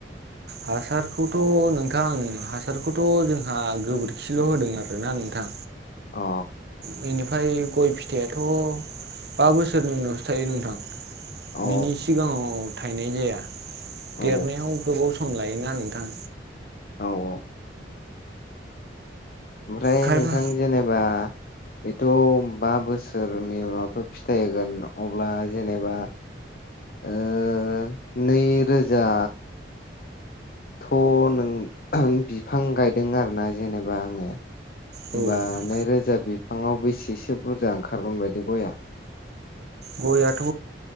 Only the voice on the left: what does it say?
अ
अ औ
औ
औ औ ओमफ्राय
नोंथां जेनेबा बेथ' बा बोसोरनि उनावथ फिथाइ होगोन अब्ला जेनेबा ओ नै रोजा थ' नों बिफां गायदों आरोना जेनेबा आङो होमबा
नै रोजा बिफाङाव बेस सेसो बुरजा ओंखारगोन बायदि गइया